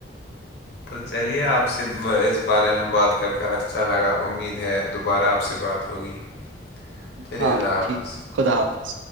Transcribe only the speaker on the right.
ہاں
ٹھیک خدا حافظ